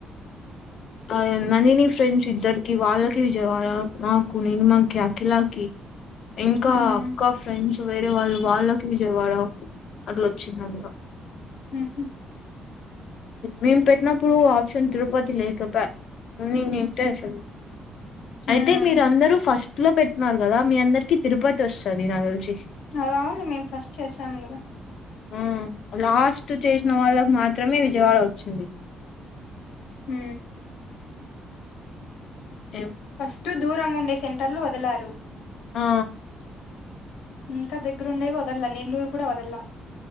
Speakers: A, on the left (about 65°); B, on the left (about 80°).
A: ఆ నని నీ ఫ్రెండ్స్ ఇద్దరికి వాళ్ళకి విజయవాడ నాకు నిమాకి అఖిలాకి ఇంకా
B: ఉమ్
A: అక్క ఫ్రెండ్స్ వేరే వాళ్ళు వాళ్ళకి విజేవాడ అట్లో వచ్చిందిందు
B: ఉహు
A: మేము పెట్టినప్పుడు ఆప్షన్ తిరుపతి లేకపోంతే అసలు అయితే
B: ఉమ్
A: మీరు అందరూ ఫస్ట్ లో పెట్టిన్నారు కదా మీ అందరికి తిరుపతి వస్తుంది నా గులిజ
B: అద అవును మేము ఫస్ట్ చేసాం కదా
A: ఆ లాస్ట్ చేసిన వాళ్ళకు మాత్రమే విజయవాడ వచ్చింది
B: హు
A: ఆ
B: ఫస్ట్ దూరంగా ఉండే సెంటర్లు వదలారు
A: ఆ
B: ఇంకా దగ్గరుండేవి వదల్లా నెల్లూరు కూడా వదల్లా